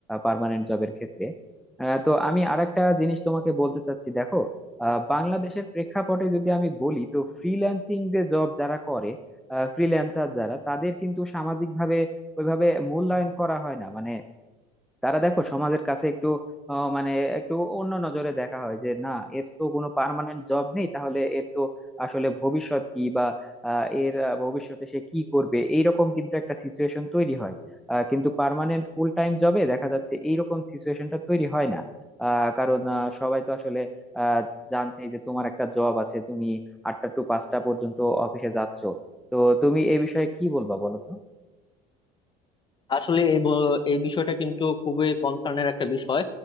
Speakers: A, in the centre; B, on the left.
A: পার্মানেন্ট জবের ক্ষেত্রে আহ, তো আমি আরেকটা জিনিস তোমাকে বলতে চাচ্ছি দেখো আহ, বাংলাদেশের প্রেক্ষাপটে যদি আমি বলি তো ফ্রিল্যান্সিং যে জব যারা করে ফ্রিল্যান্সার যারা তাদের কিন্তু সামাজিকভাবে ওইভাবে মূল্যায়ন করা হয় না মানে তারা দেখো সমাজের কাছে একটু আহ, মানে একটু অন্য নজরে দেখা হয় যে না এর তো কোনো পার্মানেন্ট জব নেই তাহলে এর তো আসলে ভবিষ্যৎ কি বা আহ, এর আহ, ভবিষ্যতে সে কি করবে এইরকম কিন্তু একটা সিচুয়েশন তৈরি হয় আহ, কিন্তু পার্মানেন্ট ফুল টাইম জবে দেখা যাচ্ছে এইরকম সিচুয়েশনটা তৈরি হয় না আহ, কারণ আহ, সবাই তো আসলে আহ, জানছে যে তোমার একটা জব আছে তুমি আটটা টু পাঁচটা পর্যন্ত অফিসে যাচ্ছ তো তুমি এই বিষয়ে কি বলবা বলো তো
B: আসলে এই ব- এই বিষয়টা কিন্তু খুবই কনসার্নের একটা বিষয়